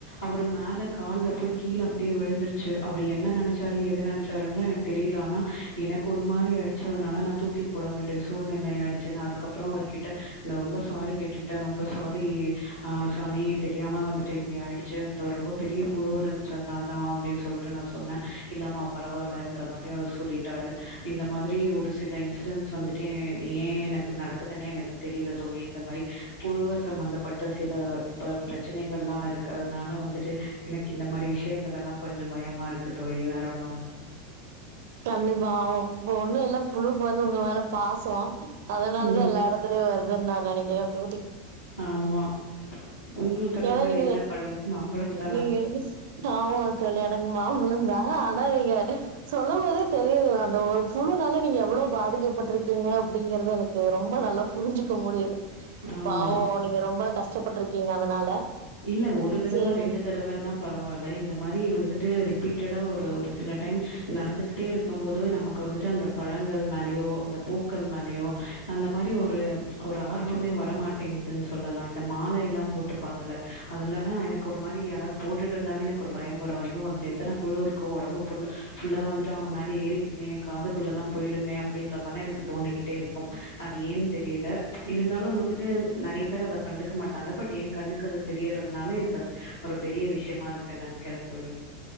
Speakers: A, on the left (about 80°); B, on the right (about 60°).
A: அவரு மேல கால்ல போய் கீழே அப்படியே விழுந்துருச்சி அவரு என்ன நெனச்சாரு ஏது நெனைச்சாருன்னல எனக்கு தெரியல ஆனா எனக்கு ஒரு மாரி ஆயிடுச்சி அதுனால நான் தூக்கி போட வேண்டிய சூழ்நிலைய ஆயிடுச்சி நா அதுக்கப்புறம் அவர் கிட்ட ரொம்ப சாரி கேட்டுக்கிட்டன் ரொம்ப சாரி ஆ சாமி தெரியாம வந்துட்டு இப்படி ஆயிடுச்சி அதுல ரொம்ப பெரிய புழு இருந்துச்சி அதனால் தா அப்டின்னு சொல் ட்ட நா சொன்னேன் இல்லமா பரவால்லன்ற மாரி அவரு சொல்லிட்டாரு இந்த மாதிரி ஒரு சில இன்சிடன்ஸ் வந்துட்டு ஏன் எனக்கு நடக்குதுன்னே எனக்கு தெரில தோழி இந்த மாரி புழுவ சம்பந்த பட்ட சில இப்ப பிரச்சனைகள்லாம் இருக்கு அதனால வந்துட்டு எனக்கு இந்த மாரி விஷியங்கள் எல்லாம் கொஞ்சம் பயமா இருக்கு தோழி வேற ஒன்னும் இல்ல
B: கண்டிப்பா ஆய்வு இப்ப ஒண்ணு ல்ல புழுக்கு வந்து உங்க மேல பாசோம் அதனால
A: ம்
B: தா எல்லா எடத்துலயும் வருது அதா நா நெனைக்கிறே தோழி
A: ஆமா உங்களுக்கு அந்த
B: ஏன்னா
A: மாரி
B: நீங்க
A: என்ன பழம் மாம்பழம் தானா
B: நீங்க ஆமா தோழி எனக்கு மாம்பழம் தான் ஆனா நீங்க சொ ல்லும் போதே தெரியுது அந்த ஒரு புழுனால நீங்க எவ்ளோ பாதிக்கப்பட்டுருக்கீங்க அப்படிங்கிறது எனக்கு ரொம்ப நல்லா புரிஞ்சிக்க முடியுது
A: ஆமா
B: பாவம் நீங்க ரொம்ப க ஷ்டப்பட்டுருக்கீங்க அதனால
A: இல்ல ஒரு தடவ
B: சேரிங்க
A: ரெண்டு தடவன்னா பரவாயில்ல இந்த மாரி வந்துட்டு ரிப் பீட்டடா ஒரு ஒரு சில டைம் நடந்துகிட்டே இருக்கம்போது நமக்கு வந்துட்டு அந்த பழங்கள் மேலயோ அந்த பூக்கள் மேலேயோ அந்த மாரி ஒரு ஒரு ஆர்வமே வரமாட்டேங்குதுன் சொல்லலாம் இந்த மால எல்லாம் போட்டுப்பாங்க இல்ல அதுலல்லாம் எனக்கு ஒரு மாரி யாராவது போட்டுட்டு இருந்தாவே எனக்கு ஒரு பயம் வரும் ஐயோ அதுல எத்தன புழு இருக்கோ ஒடம்பு புல்லா ஃபுல்லா வந்துட்டு அவுங்க மேல ஏறிக்குமே காதுக்குள்ளலாம் போயிடுமே அப்டின்ற மாரிலா எனக்கு தோணிகிட்டே இருக்கும் அது ஏன் தெரியல இருந்தாலும் வந்துட்டு நெறையா பேர் அதை கண்டுக்க மாட்டாங்க பட் ஏ கண்ணுக்கு அது தெரியறதுனால எனக்கு அது ஒரு பெரிய விஷியமா இருக்குன்னு நெனக்கிறேன் தோழி